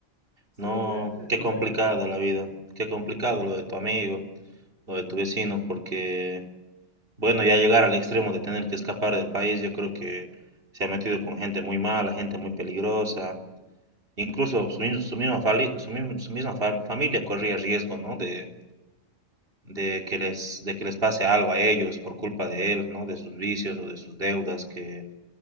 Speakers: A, on the left (about 50°); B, on the right (about 50°).
A: Sí,
B: No,
A: realmente es
B: qué
A: una
B: complicada
A: pena.
B: la vida, qué complicado lo de tu amigo, lo de tu vecino, porque Bueno, ya llegar al extremo de tener que escapar del país, yo creo que se ha metido con gente muy mala, gente muy peligrosa. Incluso su, mis- su misma, fali- su mismo- su misma fam- familia corría riesgo, ¿no? De, de que les, de que les pase algo a ellos por culpa de él, ¿no? De sus vicios o de sus deudas que